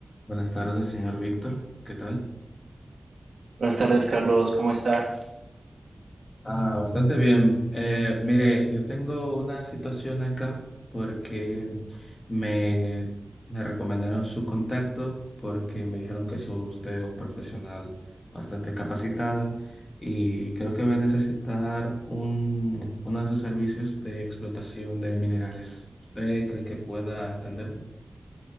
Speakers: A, on the left; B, on the right.
A: Buenas tardes, señor Víctor. ¿Qué tal?
B: Buenas tardes, Carlos, ¿cómo está?
A: Ah, bastante bien. Eh, mire, yo tengo una situación acá porque me, me recomendaron su contacto porque me dijeron que es usted un profesional bastante capacitado y creo que voy a necesitar un, uno de sus servicios de explotación de minerales. ¿Usted cree que pueda atenderme?